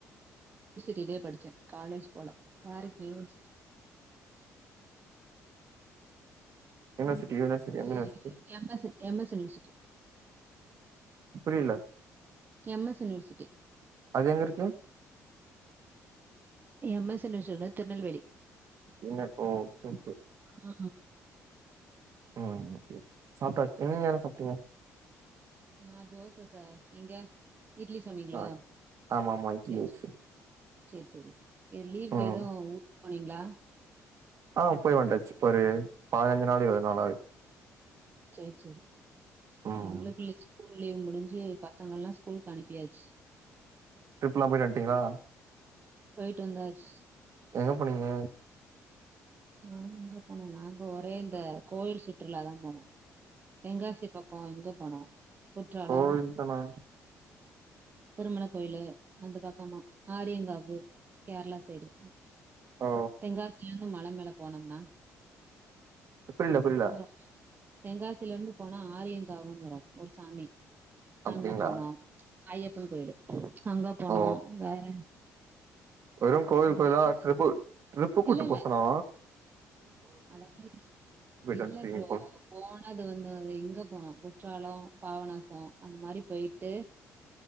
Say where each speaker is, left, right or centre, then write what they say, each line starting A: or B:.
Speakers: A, on the right; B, on the right.
A: யூனிவர்சிட்டிலயே படிச்சே காலேஜ் போல டேரக்ட் யூனிவர்சிட்டி
B: யூனிவர்சிட்டி
A: university
B: யூனிவர்சிட்டி எந்த university
A: M S M S university
B: புரியல
A: எம் எஸ் யூனிவர்சிட்டி
B: அது எங்க இருக்கு
A: எம் எஸ் யூனிவர்சிட்டி திருநெல்வேலி
B: என்ன கோ <unintelligible>
A: ஆ
B: ம் சாப்டாச் நீங்க என்ன சாப்பிட்டீங்க
A: நா தோச சார் நீங்க இட்லி சொன்னீங்களோ
B: ஆ. ஆமா ஆமா இட்லி
A: செரி
B: தோச
A: செரி செரி செரி யே லீவுக்கு
B: ம்
A: ஏதும் ஊருக்கு போனீங்களா
B: ஆ போய் வந்தாச்சு ஒரு பதினஞ்சு நாள் இருவது நாள் ஆகுது
A: செரி செரி
B: ம்
A: எங்களுக்கு இல் ஸ்கூல் லீவ் முடிஞ்சு பசங்கல்லாம் ஸ்கூலக்கு அனுப்பியாச்சு
B: ட்ரிப்லா போயிட்டு வந்துட்டீங்களா
A: போய்ட்டு வந்தாச்சு
B: எங்க போனீங்க
A: நாங்க எங்க போனோ நாங்க ஒரே இந்த கோயில் சுற்றுலாதா போனோம் தெங்காசி பக்கம் இங்க போனோம் குற்றாலம்
B: கோவில் தானா
A: பிரண்மண கோயிலு அந்த பக்கமா ஆரியங்காவு கேரளா சைடு
B: ஓ
A: தென்காசியில இருந்து மழை மேல போனோம்னா
B: புரில புரில
A: வ தென்காசில இருந்து போனா ஆரியங்காவன்னு வரு ஒரு சாமி
B: அப்டிங்களா
A: அங்க போனோம் ஐயப்ப கோயிலு அங்க போனோ
B: ஓ
A: வேற
B: வெறு கோவில்
A: தென்காசி
B: கோயிலா ட்ரிப்பு ட்ரிப்பு கூட்டு
A: இல்ல
B: போ
A: இல்ல
B: சொனா
A: அதாவது இல்ல
B: வந்ட்டீங்க
A: ப்ரோ
B: போல
A: போனது வந்து அ இங்க போனோ குற்றால பாவநாச அந்த மாரி போயிட்டு